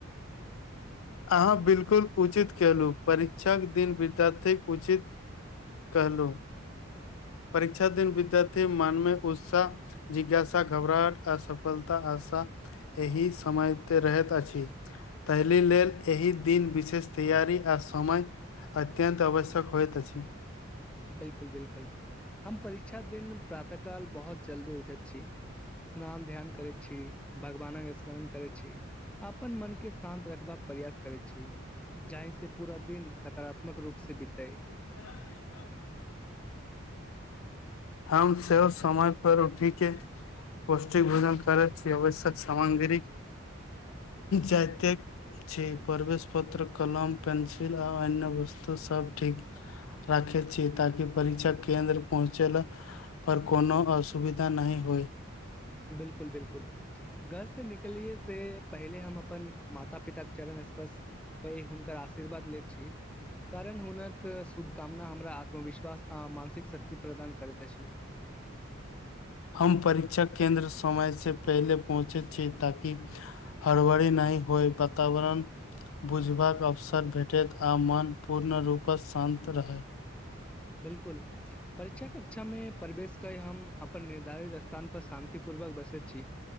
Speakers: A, on the left (about 80°); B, in the centre.
A: अहाँ बिल्कुल उचित केलहु परीक्षाक दिन विद्यार्थीक उचित- - कहलो परीक्षा दिन विद्यार्थी मनमे उत्साह- - जिज्ञासा, घबराहट, असफलता, आाशा- - एहि समय त रहैत अछि तहिल लेल- - एहि दिन विशेष तैयारी आ समय अत्यन्त आवश्यक होइत अछि- -
B: बिलकुल- बिलकुल हम परीक्षा दिन प्रातः काल बहुत जल्दी उठैत छी- - स्नान ध्यान करै छी भगवानक अस - स्मरण करै छी, अपन मन के शान्त रखबाक प्रयास- - करै छी जाहि स पूरा दिन सकारात्मक रूप से बीतै- -
A: उ हम सब समाय पर उठिके -- पौष्टिक भोजन कर व्यव सामग्री जातिक- - छी प्रवेश पत्र कलम पेंसिल आ अन्य वस्तु सब ठीक- - राखे छी ताकि परीक्षा केंन्द्र पहुँचल- - पर कोनो असुविधा नहि होई।
B: बिल्कुल- बिल्कुल- - घर से निकलियै से पहिले हम अपन माता- पिताके चरण स्पर्श- - ते हुनकर आशीर्वाद ले छीई। कारण हुनक शुभकामना हमरा आत्मविश्वास आ मानसिक शक्ति प्रदान करैत अछि।
A: हम परीक्षा केंन्द्र समय से पहिले पहुँचे छी ताकि- - हड़बरी नहि होइ वातावरण- - बुझ बाक अवसर भेटैत आ मन पूर्ण रूपसँ शान्त रहैई।
B: बिलकुल -- परीक्षा कक्षामे प्रवेश क हम अपन निर्धारित स्थान पर शान्ति पूर्वक बैसल छी।